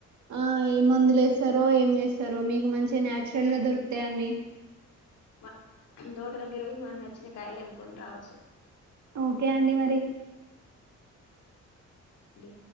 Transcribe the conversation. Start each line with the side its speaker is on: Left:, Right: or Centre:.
Right: ఆ ఏ మందు లేస్తారో ఏం చేస్తారో మీకు మంచి తే నచురల్ గా దొరుకుతాయి అండి
Left: మ తోట దగ్గరకి వోయి మనకి నచ్చిన కాయలు తెంప్కొని రావచ్చు
Right: ఓకే అండి మరి
Left: అండి